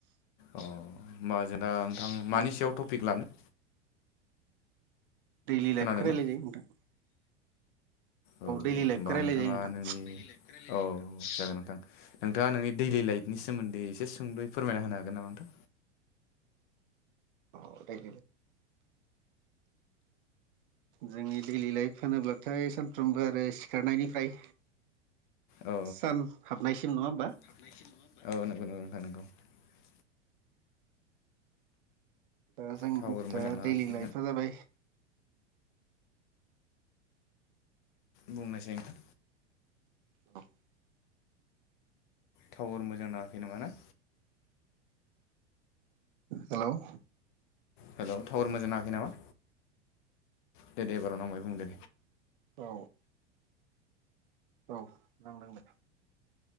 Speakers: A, on the left; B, on the right.
A: औ होमबा जों दा नोंथां मानि
B: औ
A: सायाव टपिक लानो
B: दैलि लाइफखौ
A: खोनादोंना
B: रायलाय जायो नोंथां
A: औ
B: दैलि
A: होमबा
B: लाइफखौ रायलायजायो
A: नोंथाङा
B: नोंथां
A: नोंनि औ जागोन नोंथां नोंथाङा नोंनि दैलि लाइफनि सोमोन्दै एसे सुंद'यै फोरमायना होनो हागोन नामा नोंथां
B: औ दाय जोंनि दैलि लाइफ होनोब्लाथाय सानफ्रोमबो आरो सिखारनायनिफ्राय
A: औ
B: सान हाबनायसिम नङा होमबा
A: औ नंगौ नंगौ नोंथां नंगौ
B: दा जों
A: टावार मोजां
B: दा
A: नाङासै
B: दैलि लाइफा जाबाय
A: बुंनायसाय नोंथां
B: औ
A: टावार मोजां नाङाखै नामा ना
B: हेल'
A: हेल' टावार मोजां नाङाखै नामा दे दे एबार' नांबाय बुं दे
B: औ औ नांदों दे